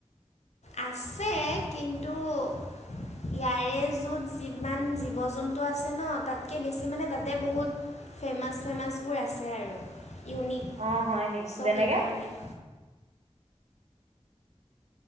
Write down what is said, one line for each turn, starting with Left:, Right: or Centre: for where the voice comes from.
Left: আছে কিন্তু ইয়াৰে জু ত যিমান জীৱ জন্তু আছে ন তাতকে বেছি মানে তাতে বহুত ফেমাছ ফেমাছবোৰ আছে আৰু ইউনিক চ'
Right: অ হয় নি যেনেকে
Left: সেইকাৰণে